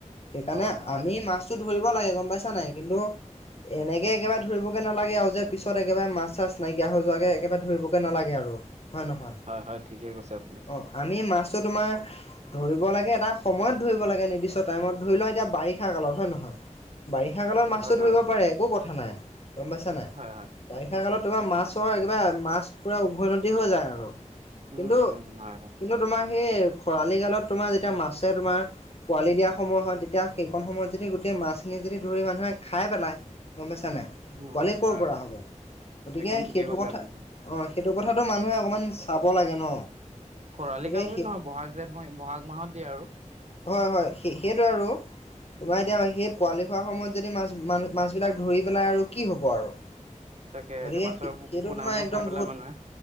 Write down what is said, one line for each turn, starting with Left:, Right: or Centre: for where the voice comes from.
Left: এইকাৰণে
Right: হয়, হয়,
Left: আমি মাছ <unintelligible> ধৰিব লাগে গম পাইছা নাই কিন্তু এনেকে একেবাৰে ধৰিব গে নালাগে আৰু যে পিছত একেবাৰে মাছ মাছ চাছ নাইকিয়া হৈ যোৱাকে একেবাৰে ধৰিবগে নালাগে আৰু হয় নহয়?
Right: হয়- হয় ঠিকে কৈছে আপুনি।
Left: অহ, আমি মাছটো তোমাৰ ধৰিব লাগে এটা সময়ত ধৰিব লাগে নিৰ্দিষ্ট টাইমত ধৰি লোৱা এতিয়া বাৰিষা কালত হয় নে নহয়? বাৰিষা কালত মাছটো
Right: হয়, হয়,
Left: ধৰিব পাৰে একো কথা নাই গম পাইছা নাই?
Right: হয়- হয়
Left: বাৰিষা
Right: উম,
Left: কালত তোমাৰ মাছৰ একবাৰে মাছ পুৰা উভৈনদী হৈ যায় আৰু
Right: উম,
Left: কিন্তু-
Right: উম, হয়, হয়,
Left: কিন্তু তোমাৰ সেই খৰালি কালত তোমাৰ যেতিয়া মাছে তোমাৰ পোৱালি দিয়া সময় হয় তেতিয়া সেইকণ সময়ত যদি গোটেই মাছখিনি যদি ধৰি মানুহে খাই পেলায় গম পাইছা নাই
Right: উম,
Left: পোৱালি
Right: উম,
Left: কৰ
Right: হয়,
Left: পৰা
Right: হয়,
Left: হ'ব। গতিকে
Right: একদম ঠিকে
Left: সেইটো
Right: কৈছে
Left: কথা
Right: আপুনি।
Left: অ, সেইটো কথাটো মানুহে অকমান চাব লাগে ন'।
Right: খৰালি
Left: গতিকে
Right: কাল বুলি
Left: সেই
Right: নহয় ব'হাগ, জেঠ মই ব'হাগ মাহত দিয়ে আৰু।
Left: হয়- হয় সেই সেইটো আৰু তোমাৰ
Right: উম,
Left: এতিয়া সেই পোৱালি হোৱাৰ সময়ত যদি মাছ -মা -মাছবিলাক ধৰি পেলাই আৰু কি হ'ব আৰু।
Right: তাকে
Left: গতিকে
Right: মাছৰ
Left: সেইটো
Right: পোনাবোৰ
Left: তোমাৰ একদম
Right: খাই পেলাই
Left: বহুত
Right: মানুহে